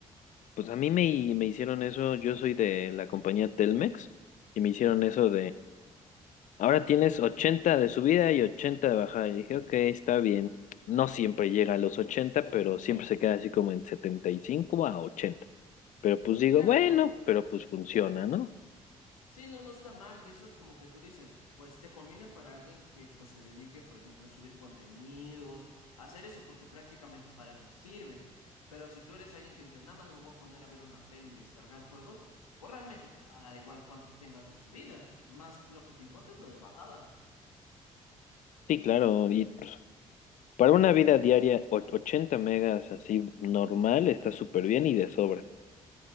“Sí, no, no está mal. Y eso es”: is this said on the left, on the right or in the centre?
Left